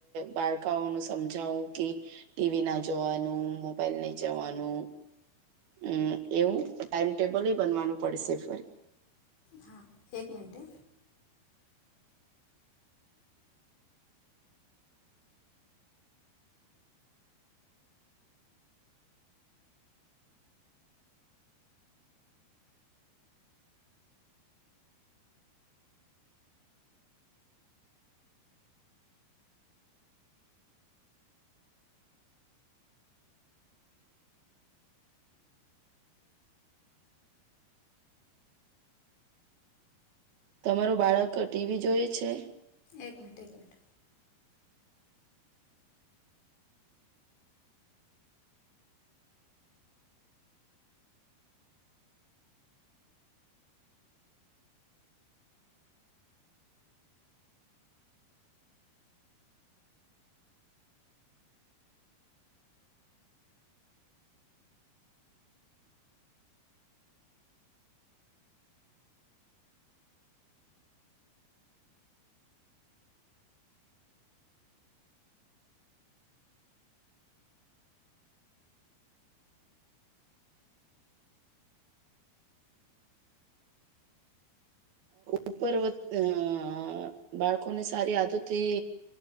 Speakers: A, on the right (about 65°); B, on the left (about 90°).
A: બાળકાઓનું સમજાવું કે ટીવી ના જોવાનું મોબાઈલ નહી જવાનુ. હમ એવું ટાઈમટેબલ બનવાનું પડશે ફરી.
B: હા એક મિનટે.
A: તમારું બાળક ટીવી જોએ છે.
B: એક મિનટ એક મીનટ.
A: ઉપર વ અઅ બાળકોને સારી આદતથી